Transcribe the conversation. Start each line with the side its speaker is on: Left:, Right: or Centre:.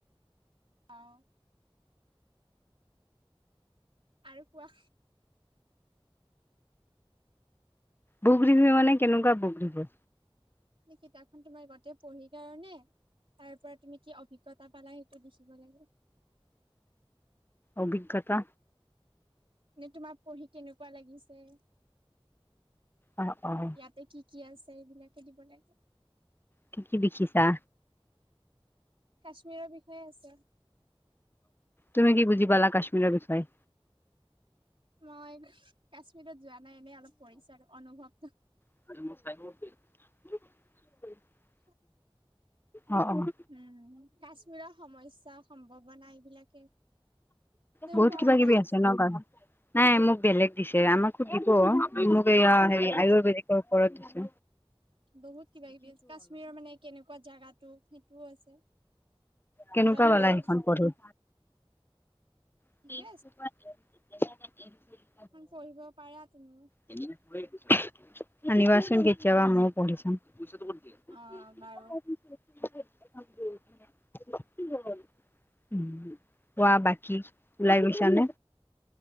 Right: অঁ'। আৰু কোৱা?
Left: বুক ৰিবি মানে কেনেকুৱা বুক <unintelligible>
Right: সেই কিতাপখন তোমাৰ গোতটেই পঢ়ি কাৰণে। তাৰ পৰা তুমি কি অভিজ্ঞতা পালা সেইটো লিখিব লাগে।
Left: অভিজ্ঞতা।
Right: নে তোমাৰ পঢ়ি কেনেকুৱা লাগিছে।
Left: অ', অ'।
Right: ইয়াতে কি কি আছে এইবিলাকে দিব লাগে।
Left: কি কি লিখিছা?
Right: কাশ্মীৰৰ বিষয়ে আছে।
Left: তুমি কি বুজি পালা কাশ্মীৰৰ বিষয়ে?
Right: মই, কাশ্মীৰত যোৱা নাই এনেই অলপ পঢ়িচো আৰু অনুভৱটো।
Left: <unintelligible>
Right: <unintelligible>
Left: অ', অ',
Right: উম, কাশ্মীৰৰ সমস্যা সম্ভাৱনা এইবিলাকে। তুমি
Left: বহুত
Right: পঢ়া
Left: কিবা-কিবি
Right: নাই
Left: আছে ন কা, নাই মোক বেলেগ দিছে আমাক দিব মোক এয়া হেৰি
Right: অ
Left: আয়ুৰ্বেদিকৰওপৰত আছে।
Right: বহুত কিবা-কিবি কাশ্মীৰৰ মানে কেনেকুৱা জাগাটো সেইটোও আছে।
Left: কেনেকুৱা
Right: জলবায়ু
Left: পালা সেইখন পঢ়ি?
Right: ঠিকে
Left: <unintelligible>
Right: সেইখন পঢ়িব পাৰা তুমিও।
Left: <unintelligible> আনিবাচোন কেতিয়াবা মইও পঢ়ি চাম। <unintelligible> <unintelligible>
Right: অ বাৰু
Left: কোৱা বাকী ওলাই গৈছা নে?